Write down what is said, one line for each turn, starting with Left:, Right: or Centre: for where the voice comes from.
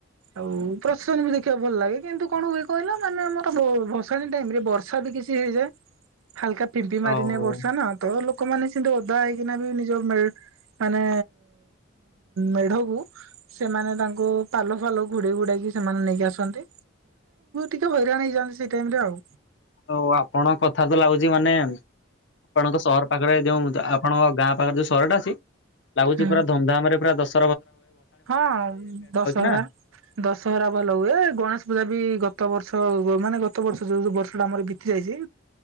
Right: ଆଉ ପ୍ରସେଶନ ବି ଦେଖିବାକୁ ଭଲ ଲାଗେ କିନ୍ତୁ କଣ ହୁଏ କହିଲ ମାନେ ଆମର ଭସାଣି ଟାଇମରେ ଛଡ ବିିକିଛିି ହେଇଯା ହାଲ୍କା ପିମ୍ପି
Left: ହଉ।
Right: ମାରିନି ବର୍ଷା ନା ତ ଲୋକମାନେ ସେମିତି ଓଦା ହେଇକିନା ବି ନିଜ ମାନେ ମେଢକୁ ସେମାନେ ତାଙ୍କୁ ପାଲ ଫାଲ ଘୋଡେଇ ଘୁଡେଇକି ସେମାନେ ନେଇକି ଆସନ୍ତି ଟିକେ ହଇରାଣ ହେଇଯାନ୍ତି ସେଇ ଟାଇମ ରେ ଆଉ।
Left: ଆଉ ଆପଣଙ୍କ କଥା ତ ଲାଗୁଛି ମାନେ ଆପଣଙ୍କ ସହର ପାଖରେ ଯୋଉ ଆପଣଙ୍କ ଗାଁ ପାଖରେ ଯୋଉ ସହରଟା ଅଛି। ଲାଗୁଛି
Right: ହୁଁ।
Left: ପୁରା ଧୁମଧାମ ରେ ପୁରା ଦଶ
Right: ହଁ ଦଶହରା
Left: ନା।
Right: ଦଶହରା ଭଲ ହୁଏ ଗଣେଶ ପୂଜା ବି ଗତ ବର୍ଷ ମାନେ ଗତ ବର୍ଷ ଯୋଉ ଯୋଉ ବର୍ଷ ଟା ଆମର ବିତି ଯାଇଛି